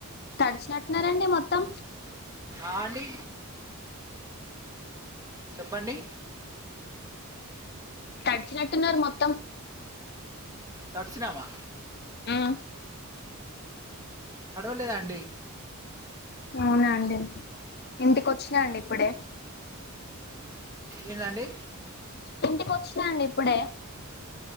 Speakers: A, on the left (about 45°); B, on the right (about 15°).
A: తడిచినట్టున్నారండి మొత్తం
B: ఆ అండి చెప్పండి
A: తడిచినట్టున్నారు మొత్తం
B: తడిసినామా
A: ఆ
B: తడవలేదా అండి
A: అవునా అండి ఇంటికి వచ్చినా అండి ఇప్పుడే
B: ఏందండి
A: ఇంటికి వచ్చినండి ఇప్పుడే